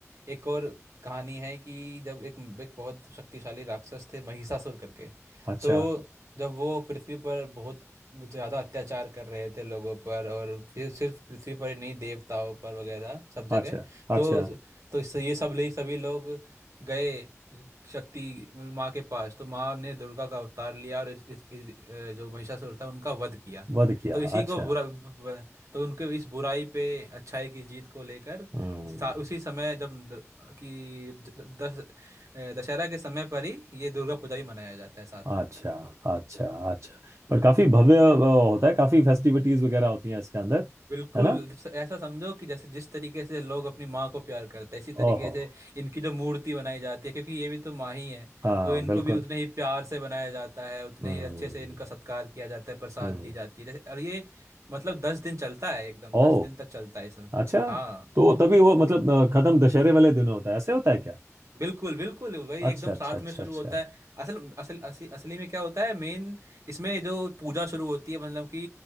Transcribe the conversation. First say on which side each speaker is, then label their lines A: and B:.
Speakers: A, on the right (about 75°); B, on the right (about 60°).
A: एक और कहानी है कि जब एक एक बहुत शक्तिशाली राक्षस थे महिषासुर करके
B: अच्छा
A: तो जब वो पृथ्वी पर बहुत ज़्यादा अत्याचार कर रहे थे लोगों पर और फिर सिर्फ पृथ्वी पर ही नहीं देवताओं पर वगैरह सब जगह
B: अच्छा
A: तो
B: अच्छा
A: तो इससे ये सब ले सभी लोग गए शक्ति माँ के पास तो माँ ने दुर्गा का अवतार लिया और इस, इस, इस अ, जो महिषासुर था उनका वध किया
B: वध किया
A: तो इसी
B: अच्छा
A: को बुरा ब- तो उनके इस बुराई पे अच्छाई की जीत को लेकर
B: हम्म
A: इस- था- उसी समय जब न- कि द- दस अ, दशहरा के समय पर ही ये दुर्गा पूजा भी मनाया जाता है साथ में
B: अच्छा अच्छा अच्छा पर काफी भव्य अ, होता है काफी फेस्टिविटीज वगैरह होती हैं इसके अंदर
A: बिल्कुल
B: है ना
A: जैसे- ऐसा समझो कि जैसे जिस तरीके से लोग अपनी माँ को प्यार करते हैं इसी तरीके
B: ओहो
A: से इनकी जो मूर्ति बनाई जाती है क्योंकि ये भी तो माँ ही है
B: हाँ
A: तो इनको
B: बिल्कुल
A: भी उतने ही प्यार से बनाया जाता है उतने
B: हम्म
A: ही अच्छे से इनका सत्कार किया जाता है प्रसाद
B: हम्म
A: दी जाती है जैसे और ये मतलब दस दिन चलता है एकदम
B: ओ
A: दस दिन तक चलता है इसमें
B: अच्छा
A: हाँ
B: तो तभी वो मतलब अ, खत्म दशहरे वाले दिन होता है ऐसे होता है क्या
A: बिल्कुल बिल्कुल वही
B: अच्छा
A: एकदम
B: अच्छा
A: साथ
B: अच्छा
A: में शुरू
B: अच्छा
A: होता है असल असल असली असली में क्या होता है मेन इसमें जो पूजा शुरू होती है मतलब कि